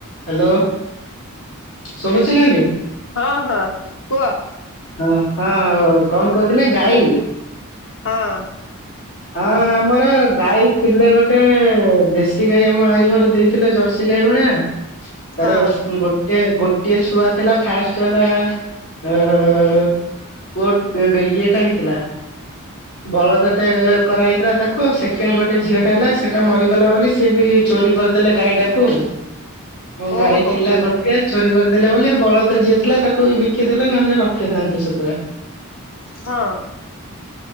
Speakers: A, on the left; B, on the left.
A: Hello ଶୁଭୁଛି ନାଁ aunty?
B: ହଁ ହଁ କୁହ।
A: ହଁ ହଁ କଣ କହୁଥିଲେ ଗାଈ?
B: ହଁ।
A: ହଁ ଆମର ଗାଈ ଥିଲେ ଗୋଟେ ଦେଶୀ ଗାଈ ଆମ ଆଈ ଘର ଦେଇଥିଲେ ଜର୍ସି ଗାଈ ଭଳିଆ। ତାର
B: ହଁ
A: ଗୋଟ ଟେ ଗୋଟିଏ ଛୁଆ ଥିଲା ଫାଷ୍ଟ ହେଲା ଅ ପୁଅ ତେ ଟେ ଇଏଟା ହେଇଥିଲା। ବଳଦଟେ କରାହେଇଥିଲା ତାକୁ ଆଉ ସେକେଣ୍ଡ ଗୋଟେ ଝିଅଟେ ହେଲା ସେଟା ମରିଗଲା ବୋଲି ସିଏ ବି ଚୋରି କରିଦେଲେ ଗାଈ ଟାକୁ ମୋ
B: ଓହୋ
A: ଗାଈ ଥିଲା ଗୋଟିଏ। ଚୋରି କରିଦେଲେ ବୋଲି ଆଉ ବଳଦର ଯିଏ ଥିଲା ତାକୁ ବି ବିକିଦେଲେ ନହେଲେ ରଖିଥାନ୍ତୁ ସେ ପୁରା।
B: ହଁ।